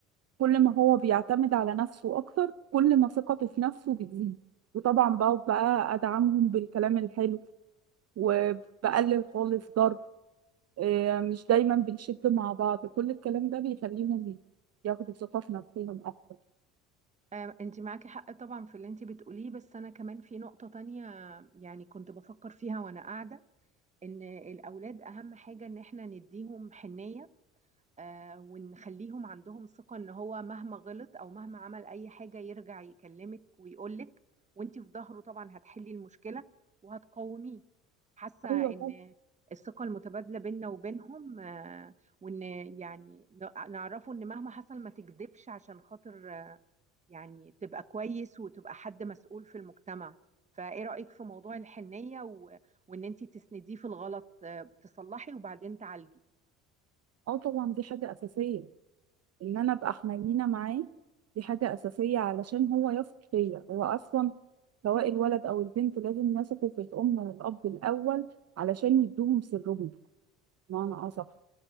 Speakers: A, on the right; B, on the right.
A: كل ما هو بيعتمد على نفسه اكتر كل ما ثقته في نفسه بتزيد وطبعا بقعد بقى ادعمهم بالكلام الحلو وبقلل خالص ضرب آه، مش دايما بنشد مع بعض كل الكلام ده بيخليهم ياخدوا ثقة في نفسهم أكتر
B: آه، أنت معاكي حق طبعا في اللي أنت بتقوليه بس أنا كمان في نقطة تانية يعني كنت بفكر فيها وأنا قاعدة إن الأولاد أهم حاجة إن إحنا نديهم حنية آه، ونخليهم عندهم ثقة ان هو مهما غلط او مهما عمل اي حاجة يرجع يكلمك ويقولك وانتي في ظهره طبعا هتحلي المشكلة وهتقوميه حاسة
A: أيوة
B: ان
A: طبعا
B: الثقة المتبادلة بيننا وبينهم آه، وان يعني ن- نعرفه ان مهما حصل ما تكذبش عشان خاطر آه، يعني تبقى كويس وتبقى حد مسؤول في المجتمع فايه رأيك في موضوع الحنية و... وان انتي تسنديه في الغلط آه، تصلحي وبعدين تعالجي
A: أه طبعا دي حاجة أساسية إن أنا أبقى حنينة معاه دي حاجة أساسية علشان هو يثق فيا هو أصلا سواء الولد أو البنت لازم يثقوا في الأم والأب الأول علشان يدوهم سرهم بمعنى أصح